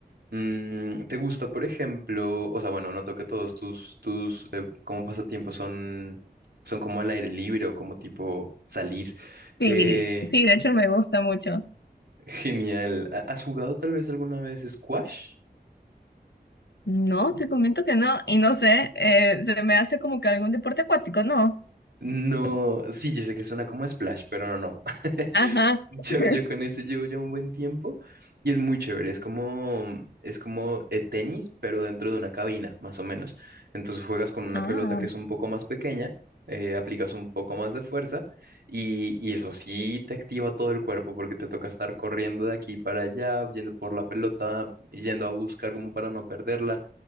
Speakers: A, on the right (about 70°); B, on the left (about 80°).
A: Mm, ¿te gusta, por ejemplo, o sea, bueno, noto que todos tus, tus eh, como pasatiempos son, son como al aire libre o como tipo salir?
B: Sí,
A: Eh,
B: sí, de hecho me gusta mucho.
A: genial. ¿Ha- ¿Has jugado tal vez alguna vez squash?
B: No, te comento que no, y no sé, eh, se me hace como que algún deporte acuático, ¿no?
A: No, sí, yo sé que suena como splash, pero no, no. <laughs>
B: Ajá.
A: Yo,
B: <laughs>
A: yo con ese llevo ya un buen tiempo y es muy chévere. Es como, es como eh, tenis, pero dentro de una cabina, más o menos. Entonces juegas con una
B: Ah,
A: pelota que es un poco más pequeña, eh, aplicas un poco más de fuerza y, y eso sí te activa todo el cuerpo porque te toca estar corriendo de aquí para allá, yendo por la pelota, yendo a buscar como para no perderla.